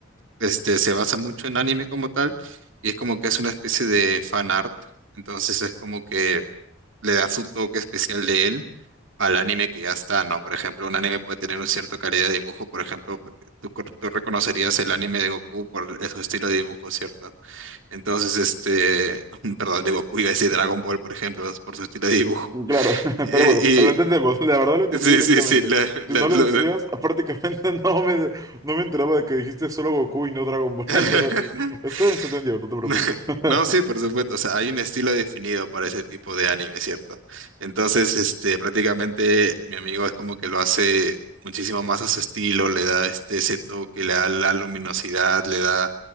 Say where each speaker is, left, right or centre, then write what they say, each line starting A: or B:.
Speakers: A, on the right (about 65°); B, on the right (about 20°).
A: Este, se basa mucho en anime como tal y es como que es una especie de fan art. Entonces es como que le da su toque especial de él al anime que ya está, ¿no? Por ejemplo, un anime puede tener una cierta calidad de dibujo. Por ejemplo, tú, tú reconocerías el anime de Goku por su estilo de dibujo, ¿cierto? Entonces, este, <laughs> perdón, de Goku iba a decir Dragon Ball, por ejemplo, por su estilo de dibujo. <laughs>
B: Claro, <laughs>
A: Eh,
B: pero bueno, lo entendemos, la verdad lo entendí
A: y sí,
B: directamente.
A: sí, sí, la-
B: Si
A: la-
B: no
A: lo-
B: lo decías,
A: lo-
B: prácticamente <laughs> no me, no me enteraba de que dijiste solo Goku y no Dragon Ball,
A: <laughs>
B: <laughs> pero estoy bien, se entendió, no te preocupes.
A: <laughs>
B: <laughs>
A: No, sí, por supuesto. O sea, hay un estilo definido para ese tipo de anime, ¿cierto? Entonces, este, prácticamente mi amigo es como que lo hace muchísimo más a su estilo, le da este, ese toque, le da la luminosidad, le da,